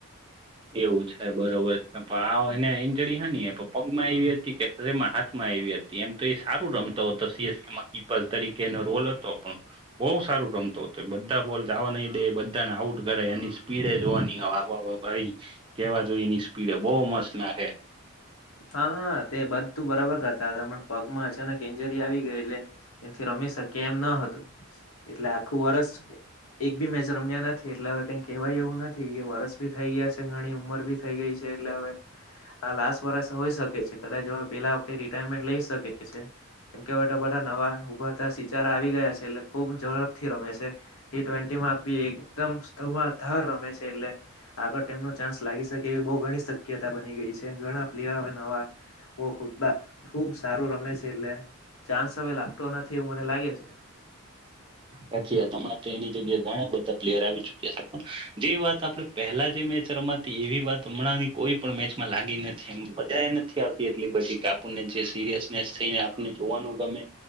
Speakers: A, on the right; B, on the left.
A: એવું છે. બરોબર. એમપણ આવો એને ઇંજરી હની એ પ્પ પગ માં આવી હતી કે હરેમાં હાથમાં આવી હતી. એમ તો એ સારું રમતો હતો. સીએસકેમાં કીપર્સ તરીકેનો રોલ હતો. પણ બહુ સારું રમતો હતો. બધા બોલસવા નહી દે, બધાને આઉટ કરે. એની સ્પીડે જોવા નો <unintelligible> ભાઈ કેવા જોઈએ નિ પીડે બહ મસ્ત નાખે
B: હા હા તે બધ તું બરાબર કરતા હતા. પણ પગમાં અચાનક એન્જરી આવી ગઈ, એટલે એથી રમી શકે એમ ન હતું. એટલે આખું વરષ એક બી મેચ રમ્યા નથી. એટલે હવે કઈ કેહેવાય એવું નથી. એ વરષ બી થઈ ગયા છે. ઘણી ઉંમર બી થઈ ગઈ છે. એટલે હવે આ લાસ્ટ વર્ષ હોઈ શકે છે. કદાચ પેલા વખતે રિટાયરમેન્ટ લઈ શકે કે છે. કેમકે હવે તો બધા નવા ઉભરતા સિતારા આવી ગયા છે. એટલે ખુબ ઝડપથી રમે છે. ટી ટ્વેન્ટી માં બી એકદમ સ્થુવા ધાર રમે છે. એટલે આગળ તેમનો ચાન્સ લાગી શક કેવી બઉ ગણી શક્યતા બની ગઈ છે. ઘણા પ્લેયર હવે નવા બોખુદા ખુબ સારું રમે છે. એટલે ચાન્સ હવે લાગતો નથી એવું મને લાગે છે.
A: સાચી વાત. હમણાં તો એની જગ્યા ઘણા બધા પ્લેયર આવી ચુક્યા છે. પણ જે વાત આપણે પહેલા જે મેચ રમાતી. એવી વાત હમણાં ની કોઈ પણ મેચ માં લાગી નથી. એમ બધા એ નથી આવતી એટલી બધી. કે આપણને જે સિરિયસનેસ થઈને આપને જોવાનું ગમે